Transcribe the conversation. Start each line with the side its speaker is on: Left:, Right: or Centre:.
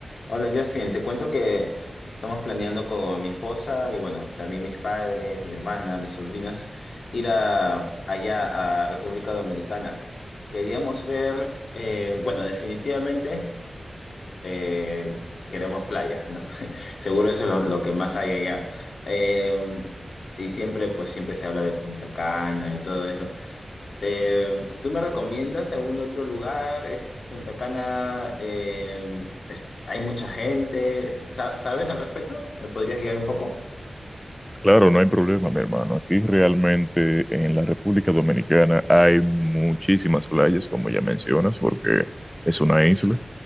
Left: Hola Justin, te cuento que estamos planeando con mi esposa y bueno, también mis padres, mi hermana, mis sobrinas, ir a, allá a República Dominicana. Queríamos ver, eh, bueno, definitivamente eh, queremos playa, ¿no? <laughs> Seguro eso es lo, lo que más hay allá. Eh, y siempre, pues siempre se habla de Punta Cana y todo eso. Eh, ¿tú me recomiendas algún otro lugar? ¿Es Punta Cana? eh, es- ¿hay mucha gente? Sa- ¿Sabes al respecto? ¿Me podrías guiar un poco?
Centre: Claro, no hay problema, mi hermano. Aquí realmente en la República Dominicana hay muchísimas playas, como ya mencionas, porque es una isla.